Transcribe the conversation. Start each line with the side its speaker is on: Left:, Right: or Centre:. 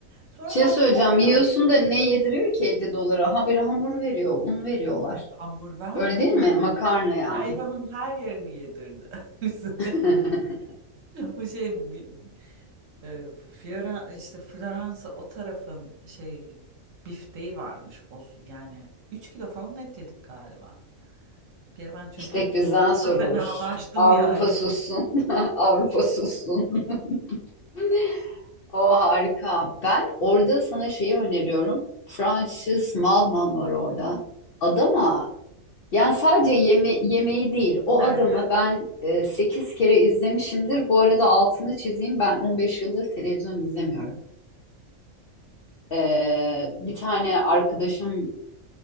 Right: Sonra
Left: Şey
Right: baktım
Left: söyleyeceğim.
Right: oluyor
Left: Yiyorsun
Right: mu?
Left: da ne yediriyor ki 50 dolara? Ha bir hamur veriyor, un veriyorlar.
Right: Hamur vermiyor.
Left: Öyle değil mi? Makarna yani.
Right: Hayvanın her yerini yedirdi <laughs> bize.
Left: <laughs>
Right: Bu şey bi- e, Fioren, işte Floransa o tarafın şey bifteği varmış. O, yani 3 kilo falan et yedik galiba. Bir ara ben çünkü
Left: İstek bizden sorulur.
Right: <laughs> fenalaştım
Left: Avrupa
Right: yani.
Left: sussun. <laughs> Avrupa sussun. <laughs> O harika. Ben orada sana şeyi öneriyorum. Francis Malman var orada. Adama yani sadece yeme yemeği değil o
Right: Nerede?
Left: adamı ben e, 8 kere izlemişimdir. Bu arada altını çizeyim ben 15 yıldır televizyon izlemiyorum. E, bir tane arkadaşıma